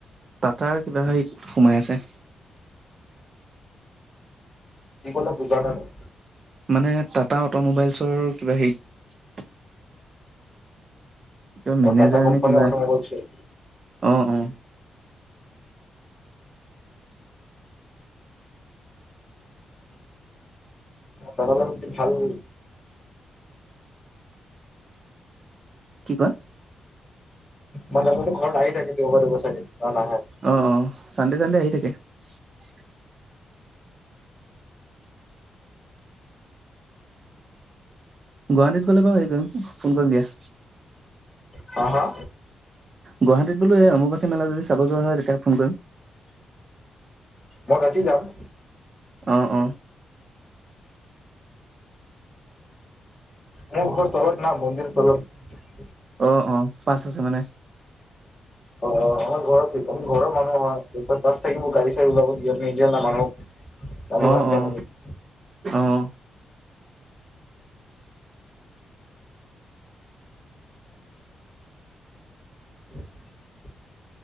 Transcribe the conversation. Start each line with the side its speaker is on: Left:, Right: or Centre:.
Right: টাটাৰ কিবা সোমাই আছে
Left: কি কলা বুজা নাই‌‌ মই
Right: মানে টাটা অট'মোবাইলছৰ কিবা হেৰি কিবা
Left: অ'
Right: মেনেজাৰ
Left: টাটা কোম্পানী
Right: নে কিবা
Left: অট'মোবাইলছ হয়।
Right: অ অ
Left: দাদাৰ লগত কি ভাল
Right: কি কোৱা
Left: মাজে মাজে ঘৰত আহি থাকে দেওবাৰ দেওবাৰ চাগে না নাহে?
Right: অ অ চানডে চানডে আহি থাকে টিয়া <unintelligible> গুৱাহাটীত গ'লে বাও হে কৰিম ফোন কৰিম দিয়া।
Left: হা হা
Right: গুৱাহাটীত বোলো এই অমুবাচি মেলা যদি চাব যোৱা হয় তেতিয়াহে ফোন কৰিম।
Left: মই ৰাতি যাম।
Right: অ অ।
Left: মোৰ ঘৰ তলত না মন্দিৰ তলত।
Right: অ অ পাঁচ আছে মানে।
Left: অ ও আমাৰ ঘৰত আমি ঘৰৰ মানুহ হয় বাছ থাকিব গাড়ী চাড়ী ওলাবা দিয়া নিদিয়া মানুহক। আমি
Right: অ',
Left: যাম এতিয়া
Right: অ',
Left: হলেই <inaudible>
Right: অ',
Left: <inaudible>